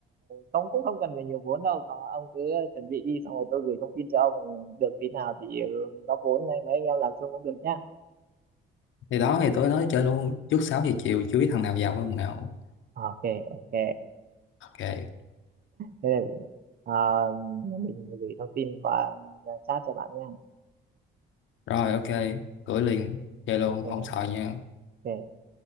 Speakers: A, on the right; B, on the left.
A: ông cũng không cần phải nhiều vốn đâu còn ông cứ chuẩn bị đi xong rồi tôi gửi thông tin cho ông được tí nào thì ừ, góp vốn này mấy anh em làm chung cũng được nhá
B: thì đó thì tối nói chơi luôn trước 6 giờ chiều chưa biết thằng nào vào thằng nào
A: À, ok ok
B: ok
A: thế là à, mình gửi thông tin qua à, chat cho bạn nha
B: rồi ok gửi liền chơi luôn
A: ok
B: không sợ nha
A: ok